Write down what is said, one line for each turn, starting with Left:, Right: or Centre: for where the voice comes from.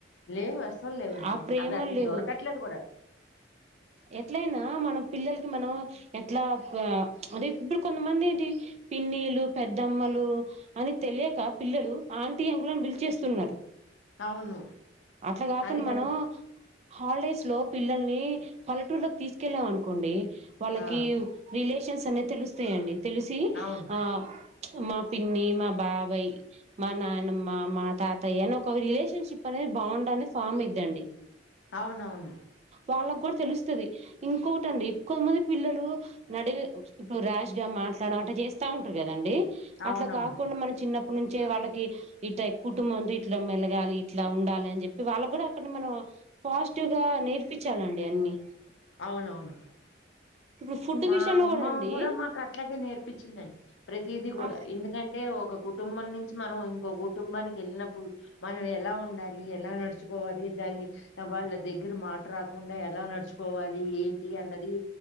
Left: లేవు అసలు లేవండి
Right: ఆ ప్రేమలు
Left: అవి అసలు
Right: లేవు
Left: దొరకట్లేదు కూడా
Right: ఎట్లయినా మనం పిల్లలకి మనం ఎట్లా అంటే ఇప్పుడు కొంతమంది ఏంటి పిన్నిలు పెద్దమ్మలు అని తెలియక పిల్లలు ఆంటీ అంకుల్ అని పిలిచేస్తున్నారు
Left: అవును
Right: అట్లాకాకుండా
Left: అది కరెక్ట్
Right: మనం హాలిడేస్ లో పిల్లల్ని పల్లెటూరులోకి తీసుకెళ్ళాం అనుకోండి వాళ్ళకి
Left: ఆ
Right: రిలేషన్ న్స్ అనేది తెలుస్తాయండి తెలిసి
Left: అవును
Right: ఆ మా పిన్ని మా బాబాయ్ మా నానమ్మ మా తాతయ్య అని ఒక రిలేషన్షిప్ అనేది బాండ్ ఫామ్ ఇద్దండి
Left: అవునవును
Right: వాళ్ళకి కూడా తెలుస్తది ఇంకోటి అండి ఎక్కువ కొంతమంది పిల్లలు నడివి ఇప్పుడు ర్యాష్ గా మాట్లాడడం అనేవి చేస్తా ఉంటారు కదండి
Left: అవునవును
Right: అట్లా కాకుండా మనం చిన్న అక్కడ నుంచే వాళ్ళకి ఇట్లా కుటుంబంతో ఇట్లా మెలగాలి ఇట్లా ఉండాలి అని చెప్పి వాళ్ళ కూడా అక్కడ మనం పాజిటివ్ గా నే ఇప్పించాలండి అన్నీ
Left: అవునవును
Right: ఇప్పుడు ఫుడ్
Left: మా
Right: విషయంలో
Left: అమ్మ
Right: అండి
Left: కూడా మాకు అట్లాగే నేర్పించిందండి ప్రతిది కూడా
Right: ఆ
Left: ఎందుకంటే ఒక కుటుంబం నుంచి మనం ఇంకో కుటుంబానికి వెళ్ళినప్పుడు మనం ఎలా ఉండాలి ఎలా నడుచుకోవాలి దాన్ని వాళ్ళ దగ్గర మాట రాకుండా ఎలా నడుచుకోవాలి ఏంటి అన్నది